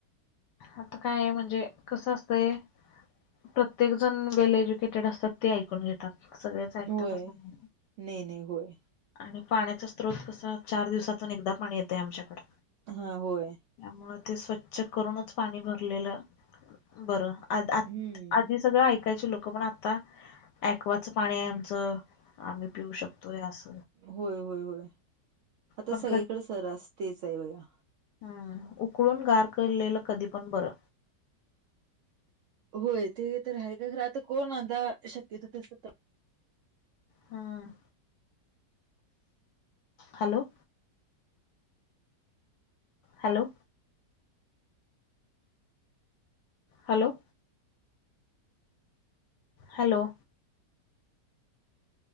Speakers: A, on the left (about 75°); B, on the right (about 85°).
A: आता काय आहे म्हंजे कस असतय प्रत्येक जणं वेल एज्युकेटेड असतात ते ऐकून घेतात. सगळेच ऐकतात
B: होय,
A: असं नाही
B: नाई, नाई, होय.
A: आणि पाण्याचा स्त्रोत कसा चार दिवसातून एकदा पाणी येतय आमच्याकड.
B: हां होय.
A: त्यामुळ ते स्वच्छ करूनच पाणी भरलेलं बरं आद आत
B: हम्म
A: आधी सगळं ऐकायचे लोक पण आता एक्वाच पाणी आहे आमचं आम्ही पिऊ शकतोय अस.
B: होय, होय, होय आता
A: पण
B: सगळीकडे सरास तेच आहे बघा.
A: ह उकळून गार केलेलं कधी पण बर.
B: होय ते तर आहे का खरं आता कोण आता शक्यतो तेच
A: ह, hello. Hello. Hello. Hello.